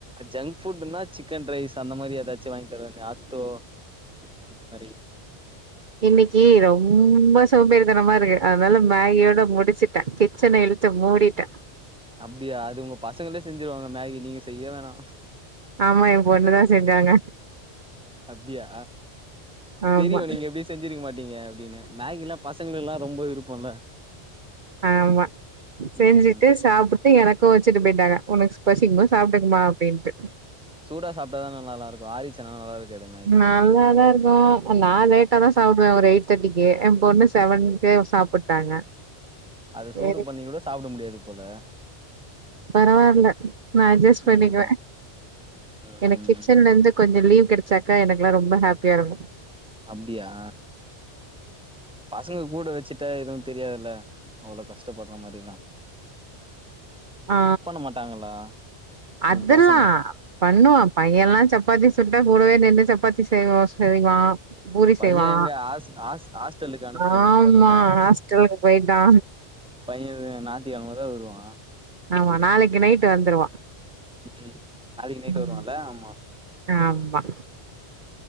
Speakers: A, in the centre; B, on the right.
A: ஜங்க் ஃபுட்டுன்னா சிக்கன் ரைஸ் அந்த மாரி ஏதாச்சு வாங்கி தரவேண்டி அத்தோ அந்த மாரி
B: இன்னிக்கு ரொம்ப சோம்பேரித்தனமா இருக்கு அதனால மேகியோட முடிச்சுட்ட கிச்சன இழு த்து மூடிட்ட
A: அப்டியா அது உங்க பசங்களே செஞ்சிருவாங்க மேகி நீங்க செய்ய வேணா
B: ஆமா எ பொண்ணுதா செஞ்சாங்க
A: அப்டியா
B: ஆமா
A: தெரியு நீங்க எப்டியு செஞ்சிருக்க மாட்டீங்க அப்டினு மேகிலா ப சங்களுக்குலா ரொம்ப விருப்போல்ல
B: ஆமா செஞ்சுட்டு
A: ம்
B: சாப்புட் டு எனக்கு வச்சுட்டு போயிட்டாங்க ஒனக்கு பசிக்கும்போ சாப்ட்டுக்மா அப்டின்ட்டு
A: சூடா சாப்ட்டாதான ந நல்லாருக்கு ஆரிச் சுனா நல்லருக்காது எதுமே
B: நல்லாதா இருக்கு நா லேட்டாதா சாப் டுவ ஒரு எயிட் தேட்டிக்கி எ பொண்ணு செவனுக்கே சாப்புட்டாங்க
A: அத சூடு
B: சரி
A: பண்ணி கூட சாப்ட முடியாது போல
B: பரவால்ல நா அட்ஜஸ் பண்ணிக்குவ
A: ம் ம்
B: எனக் கிச்சன்லந்து கொஞ்சோ லீவ் கெடச்சாக்க எனக்குலா ரொம்ப ஹேப்பியா இருக்கு
A: அப்டியா பசங்க கூட வச்சிட்டா எதுவு தெரியாதுல்ல அவ்ளோ கஷ்ட்டபட்ற மாரில்லா
B: ஆ
A: மாட்டாங்களா உங்க
B: அதல்லா
A: பசங்க
B: பண்ணுவா பையன்ல்லா சப்பாத்தி சுட்டா கூடவே நின்னு சப்பாத்தி செய்வோ செய்வா பூரி
A: பைய
B: செய்வா
A: எங்க ஹாஸ் ஹாஸ் ஹாஸ்டலுக்கு அனுப்பிட்டீங்க
B: ஆமா
A: பையன
B: ஹாஸ்டலுக்கு போயிட்டா
A: பையன் து ஞாயித்துகெழமதா வருவா
B: ஆமா நாளைக்கு நைட்டு வந்துருவா
A: ம் நாளைக்கு நைட்
B: ம்
A: வருவான்ல ஆமா
B: ஆமா